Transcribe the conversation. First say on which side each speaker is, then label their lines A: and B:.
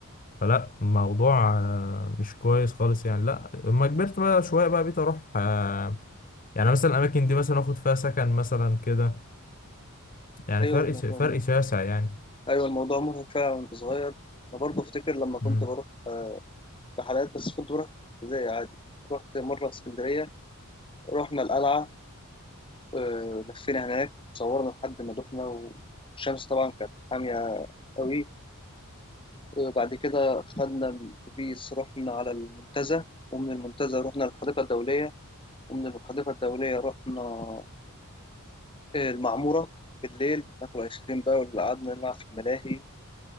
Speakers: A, on the left (about 40°); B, on the left (about 25°).
A: فلا موضوع آه، مش كويس خالص يعني لا لما كبرت بقى شوية بقى بقيت اروح آه، يعني مثلا الاماكن دي مثلا اخد فيها سكن مثلا كده يعني
B: أيوه
A: فرق
B: الموضوع
A: ش- فرق
B: مرهق
A: شاسع يعني
B: أيوه الموضوع مرهق فعلا وأنت صغير أنا برضه أفتكر لما كنت
A: مم.
B: بروح آه، رحلات بس كنت بروح في ابتدائي عادي رحت مرة اسكندرية رحنا القلعة آه، لفينا هناك صورنا لحد ما دخنا والشمس طبعا كانت حامية قوي وبعد كده خدنا أتوبيس رحنا على المنتزه ومن المنتزه رحنا للحديقة الدولية ومن الحديقة الدولية رحنا آه، المعمورة بالليل ناكل آيس كريم بقى واللي قعدنا نلعب في الملاهي